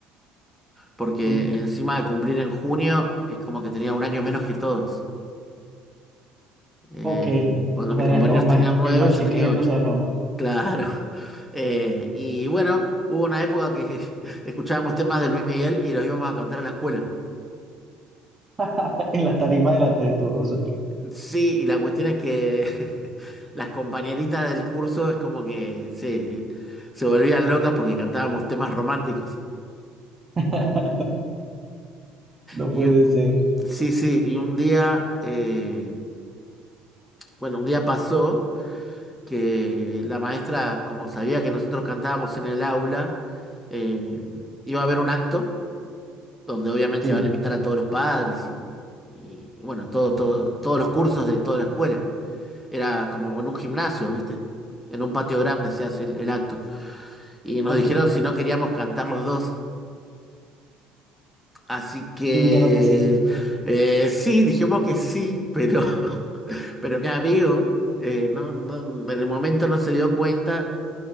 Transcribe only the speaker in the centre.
porque
encima de cumplir en junio es como que tenía un año menos que todos. Eh,
cuando
mis
compañeros
tenían 9,
yo
tenía
8.
Claro. <laughs> Eh, y bueno, hubo una época que <laughs> escuchábamos temas de Luis Miguel y los íbamos a cantar a la escuela.
Sí, y la cuestión es que <laughs> las compañeritas del curso es como que se, se volvían locas porque cantábamos temas románticos.
Y
un-
sí, sí, y un día, eh, bueno, un día pasó que la maestra, como sabía que nosotros cantábamos en el aula, eh, iba a haber un acto donde obviamente
van a invitar a todos los padres y, y, y bueno, todo, todo, todos los cursos de toda la escuela. Era como en un gimnasio, ¿viste? En un patio grande se hace el el acto. Y nos
dijeron
si no queríamos cantar los dos. Así que
eh, sí, dijimos que sí, pero, <laughs> pero mi amigo eh, no, no- en el momento no se dio cuenta